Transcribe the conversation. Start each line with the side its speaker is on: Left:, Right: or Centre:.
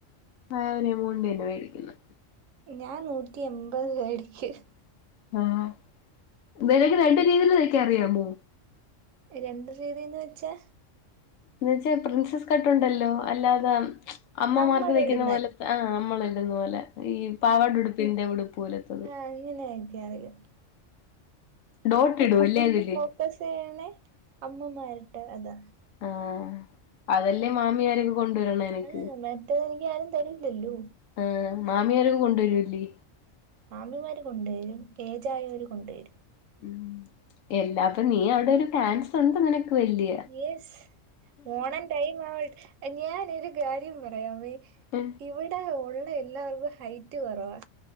Left: <unintelligible> വേടിക്കുന്ന്
Right: ഞാൻ നൂറ്റി എമ്പത് <unintelligible>
Left: ആഹ് വേണങ്കി രണ്ട് രീതീല് തയ്‌ക്ക അറിയാമോ
Right: രണ്ട് രീതിന്ന് വെച്ചാ
Left: എന്ന് വെച്ച പ്രിൻസസ് കട്ടുണ്ടല്ലോ അല്ലാതെ അമ്മമാർക്ക്
Right: നമ്മളിടുന്ന
Left: തയ്ക്കുന്ന പോലെ ആഹ് നമ്മള് ഇടുന്ന പോലെ ഈ പാവാട ഉടുപ്പിന്റെ ഉടുപ്പ് പോലെത്തത്
Right: അങ്ങനെയ്ക്കാനറിയോ
Left: ഡോട്ട് ഇടുംല്ലേ അതില്
Right: <unintelligible> അമ്മമാരിട്ട അതോ
Left: ആ അതല്ലേ മാമിമാരൊക്കെ കൊണ്ടുവരണ് എനക്ക്
Right: ആ മറ്റേത് എനിക്ക് ആരും തരില്ലല്ലോ
Left: ആഹ് മാമിയാരൊക്കെ കൊണ്ടുവരുല്ലേ
Right: മാമിമാർ കൊണ്ടുവരും ഏജായവർ കൊണ്ടുവരും
Left: ഉം എല്ലാപ്പ നീ അവിടെ ഒരു ഫാൻസൊണ്ട് നിനക്ക് വല്ല്യ.
Right: യെസ് ഓണം ടൈം ആവട് ഞാനൊരു കാര്യം പറയാമേ.
Left: എ.
Right: ഇവിട ഒള്ള എല്ലാവർക്കു ഹൈറ്റ് കൊറവാ.